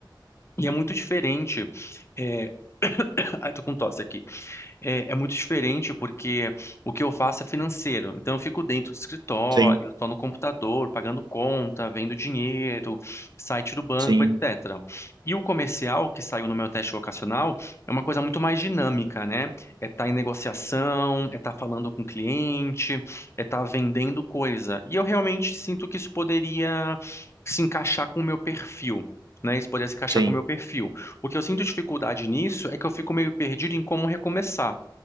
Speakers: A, on the left; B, on the right.
A: E é muito diferente. É... <laughs> Ai, tô com tosse aqui é, é muito diferente porque o que eu faço é financeiro. Então eu fico dentro do escritório,
B: sim,
A: estou no computador, pagando conta, vendo dinheiro, site do banco,
B: sim,
A: etc. E o comercial, que saiu no meu teste vocacional, é uma coisa muito mais dinâmica, né? É estar em negociação, é estar falando com o cliente, é estar vendendo coisa. E eu realmente sinto que isso poderia se encaixar com o meu perfil. Né, isso poderia se encaixar
B: sim.
A: com o meu perfil. O que eu sinto dificuldade nisso é que eu fico meio perdido em como recomeçar.